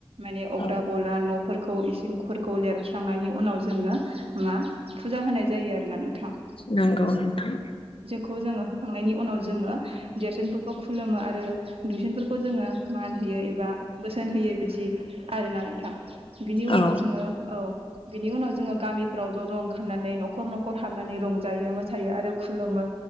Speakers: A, on the right; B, on the left.
A: माने अगदाब
B: औ
A: वला न' फोरखौ इसिंफोरखौ लेरस्रांनायनि उनाव जोंङो मा फुजा होनाय जायो आरोना नोंथां
B: नोंगौ नोंथां।
A: खौ जोंङो होखांनायनि उनाव जोंङो देरसिनफोरखौ खुलुमो आरो दुइसेनफोरखौ जोंङो मान होयो एबा बोसोन होयो बिदि आरोना नोंथां। बिनि उनाव
B: औ
A: जोंङो औ बिनि उनाव जोंङो गामिफोराव ज' ज' ओंखारनानै न' न'खर न'खर हाबनानै रंजायो मोसायो आरो खुलुमो